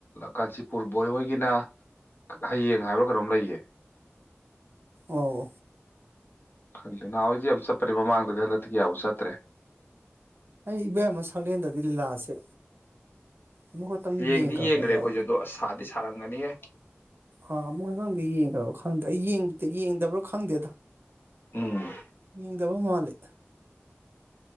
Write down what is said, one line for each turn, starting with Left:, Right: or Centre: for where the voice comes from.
Left: ꯀꯥꯟꯆꯤꯄꯨꯔ ꯕꯣꯏ ꯍꯣꯏꯒꯤꯅ ꯍꯌꯦꯡ ꯍꯥꯏꯕ꯭ꯔꯥ ꯀꯩꯅꯣꯝ ꯂꯩꯌꯦ
Right: ꯑꯣ
Left: ꯈꯪꯗꯦ ꯅꯍꯥꯟꯋꯥꯏꯗꯤ ꯌꯥꯝ ꯆꯠꯄꯅꯤ ꯃꯃꯥꯡꯗꯗꯤ ꯍꯟꯗꯛꯇ ꯀꯌꯥꯕꯨ ꯆꯠꯇ꯭ꯔꯦ
Right: ꯑꯩ ꯏꯕꯣꯌꯥꯏꯃ ꯁꯪꯂꯦꯟꯗꯗꯤ ꯂꯤꯂꯥꯁꯦ ꯑꯃꯨꯛꯈꯛꯇꯪ
Left: ꯌꯦꯡꯗꯤ
Right: ꯌꯦꯡꯈ꯭ꯔꯕ
Left: ꯌꯦꯡꯒ꯭ꯔꯦ
Right: ꯑꯩꯕ
Left: ꯑꯩꯈꯣꯏꯁꯦ ꯑꯗꯣ ꯁꯥꯗꯤ ꯁꯥꯔꯝꯒꯅꯤꯍꯦ
Right: ꯑꯥ ꯑꯃꯨꯛꯇꯪꯗ ꯌꯦꯡꯈ꯭ꯔꯕ ꯈꯪꯗ꯭ꯔꯦ ꯑꯩ ꯌꯦꯡꯗꯕꯔ ꯈꯪꯗꯦꯗ
Left: ꯎꯝ
Right: ꯌꯦꯡꯗꯕ ꯃꯥꯜꯂꯦ